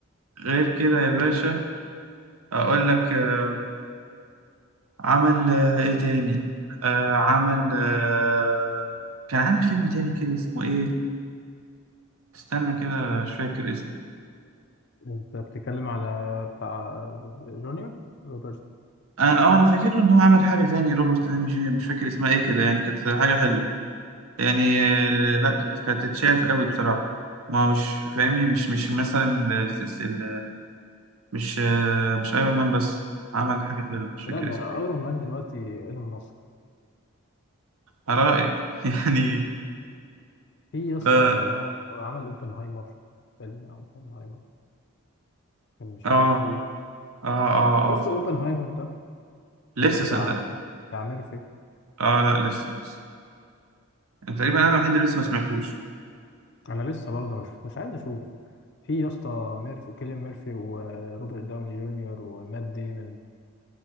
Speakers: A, on the right (about 75°); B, on the left (about 50°).
A: غير كده يا باشا اقول لك آه، عمل آه، ايه تاني آه عمل آه كان عامل فيلم تاني كده اسمه ايه استنى كده مش فاكر اسمه
B: انت بتتكلم على بتاع جونيور روبرت
A: انا اه انا فاكر له ان هو عمل حاجه تاني روبرت داني جونيور مش فاكر اسمها ايه كده يعني كانت حاجه حلوه يعني آه، لا كانت كانت تتشاف قوي بصراحه ما هو مش فاهمني مش مش مثلا ال- الس- ال- مش آه، مش ايرون مان بس عمل حاجه حلوه مش فاكر
B: لا ده
A: اسمها إيه.
B: ايرون مان دلوقتي ايلون ماسك
A: على رايك <laughs> يعني
B: في يا اسطى
A: اه
B: اللي هو عمل اوبنهايمر فيلم اوبنهايمر كان مشارك
A: اه
B: فيه
A: اه اه,
B: شفت
A: آه
B: اوبنهايمر
A: صح
B: ده
A: لسه
B: بتاع
A: صدقني
B: بتاع ميرفي
A: اه لا لسه لسه أنا تقريبا انا الوحيد اللي لسه ما سمعتوش
B: انا لسه برضه ما شفتوش عايز اشوفه في يا اسطى ميرفي كيليان ميرفي وروبرت داوني جونيور ومات ديمون